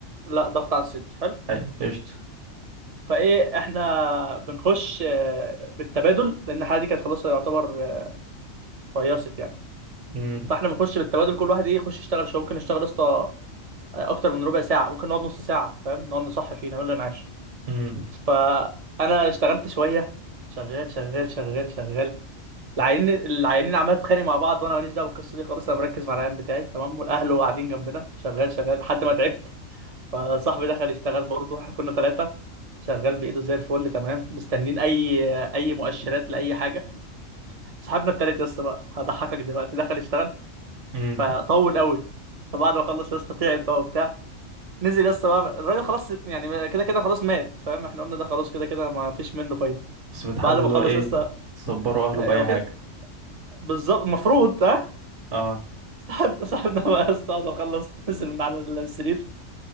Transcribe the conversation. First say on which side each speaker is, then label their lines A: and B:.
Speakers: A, on the right; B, on the right.
A: لا ضغط على الصدر حلو
B: ايوه قشطه
A: فايه احنا بنخش آه، بالتبادل لان الحاله دي كانت خلاص يعتبر آه، فيصت يعني
B: امم
A: فاحنا بنخش بالتبادل كل واحد ايه يخش يشتغل شويه ممكن نشتغل يا اسطى آه، اكتر من ربع ساعه ممكن نقعد نص ساعه فاهم نقعد نصحي فيه نعمل له انعاش
B: امم
A: فانا اشتغلت شويه شغال شغال شغال شغال العيانين العيانين عمال تتخانق مع بعض وانا ماليش دعوه بالقصه دي خالص انا مركز مع العيان بتاعي تمام والاهل قاعدين جنبنا شغال شغال لحد ما تعبت فصاحبي دخل يشتغل برضه احنا كنا ثلاثه شغال بايده زي الفل تمام مستنين اي اي مؤشرات لاي حاجه صاحبنا التالت يا اسطى بقى هضحكك دلوقتي دخل يشتغل
B: امم
A: فطول قوي فبعد ما خلص يا اسطى تعب بقى وبتاع نزل يا اسطى بقى الراجل خلاص يعني كده كده خلاص مات فاهم احنا قلنا ده خلاص كده كده ما فيش منه فايده
B: بس بتحاولوا
A: بعد ما
B: اللي
A: خلص
B: هو ايه
A: يا اسطى
B: تصبروا اهله
A: هو
B: باي
A: كده
B: حاجه
A: بالظبط المفروض ها
B: اه
A: صاحب صاحبنا بقى استقعد واخلص نزل من على السرير